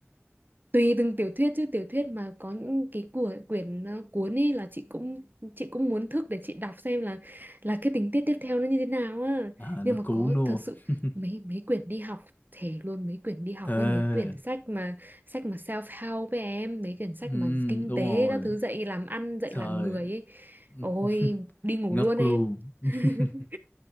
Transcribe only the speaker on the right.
tùy từng tiểu thuyết chứ tiểu thuyết mà có những cái của quyển ờ, cuốn ấy là chị cũng chị cũng muốn thức để chị đọc xem là là cái tình tiết tiếp theo nó như thế nào á
nhưng
mà
có
thực sự
mấy mấy quyển đi học thể luôn mấy quyển đi học
với mấy quyển sách mà sách mà self help với em mấy quyển sách
mà kinh
tế
các thứ dạy làm ăn dạy
làm người ấy
ôi đi ngủ
luôn
em
<laughs>